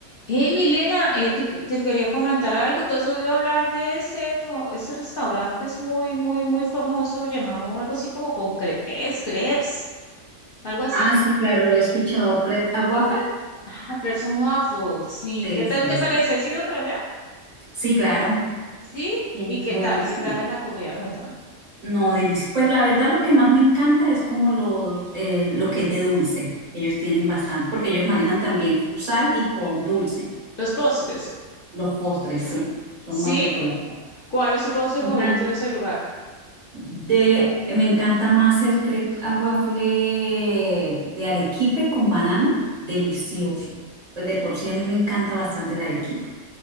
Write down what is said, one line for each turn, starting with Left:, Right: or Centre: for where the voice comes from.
Left: Hey, Milena, eh, te, que- te quería comentar algo. ¿Tú has oído hablar de ese, mo- ese restaurante que es muy, muy, muy famoso, llamado algo así como con crepes, crepes, algo así?
Right: Ah, sí, claro, lo he escuchado. ¿Crepe a waffle?
Left: Ah, crepes and waffles, sí.
Right: Sí,
Left: ¿Qué tal
Right: sí,
Left: te
Right: sí.
Left: parece? ¿Has ido para allá?
Right: Sí, claro.
Left: Sí.
Right: Tiene
Left: ¿Y qué
Right: buenas,
Left: tal? ¿Qué
Right: sí.
Left: tal es la comida? Cuéntame.
Right: No, delicioso. Pues la verdad lo que más me encanta es como los, eh, lo que es de dulce. Ellos tienen bastante, porque ellos manejan también con sal y con dulce.
Left: Los postres.
Right: Los postres, sí. Son
Left: Sí.
Right: más ricos, la verdad.
Left: ¿Cuál es tu postre
Right: Me
Left: favorito
Right: encanta.
Left: de ese lugar?
Right: De, me encanta más el crepe a waffle de arequipe con banano. Delicioso. Pues de por sí a mí me encanta bastante el arequipe.